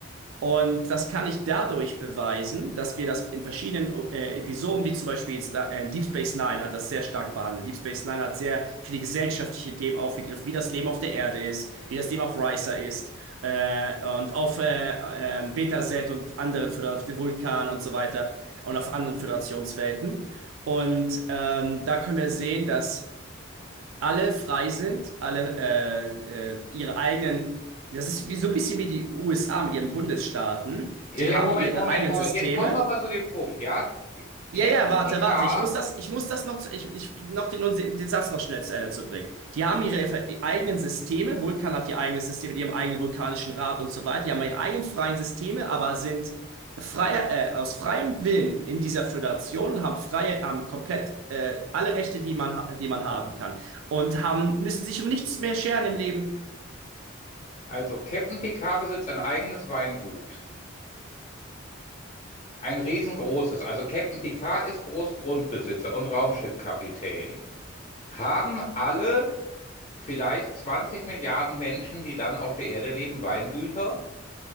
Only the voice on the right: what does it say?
Und das kann ich dadurch beweisen, dass wir das in verschiedenen äh, Episoden, wie zum Beispiel jetzt da, äh, Deep Space Nine hat das sehr stark behandelt. Deep Space Nine hat sehr viele gesellschaftliche Themen aufgegriffen, wie das Leben auf der Erde ist, wie das Leben auf Risa ist äh, und auf äh, äh, Beta Set und anderen Föder- Vulkan und so weiter und auf anderen Föderationswelten. Und ähm, da können wir sehen, dass alle frei sind, alle äh, äh, ihre eigenen, das ist wie, so ein bisschen wie die USA mit ihren Bundesstaaten,
die
haben
ihre
eigenen
Systeme
ja,
ja, warte,
warte. Ich muss das, ich muss das noch, zu, ich, ich, noch den, den Satz noch schnell zu Ende zu bringen. Die haben ihre ver- eigenen Systeme. Vulkan hat die eigenen Systeme, die haben eigenen vulkanischen Rat und so weiter. Die haben ihre eigenen freien Systeme, aber sind freier, äh, aus freiem Willen in dieser Föderation und haben freie, haben komplett äh, alle Rechte, die man, ha- die man haben kann und haben müssen sich um nichts mehr scheren im Leben.